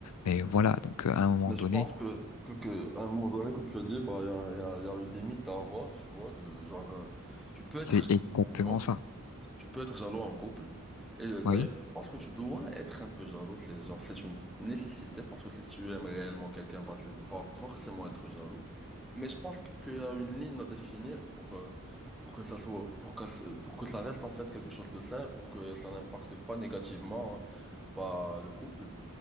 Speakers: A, on the left; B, in the centre.
A: Mais voilà, donc, euh, à un moment
B: Mais
A: donné,
B: je pense que, que, que, à un moment donné, comme tu as dit, bah, il y a, il y a- il y a une limite à avoir, tu vois. du- genre, euh, tu peux être
A: c'est
B: jaloux,
A: exactement
B: hein.
A: ça.
B: Tu peux être jaloux en couple. Et euh, d'ailleurs,
A: Oui.
B: je pense que tu dois être un peu jaloux. C'est genre, c'est une nécessité parce que si tu aimes réellement quelqu'un, bah, tu vas forcément être jaloux. Mais je pense qu'il y a une ligne à définir pour, euh, pour que ça soit, pour que, pour que ça reste en fait quelque chose de sain, pour que ça n'impacte pas négativement, hein, bah, le couple.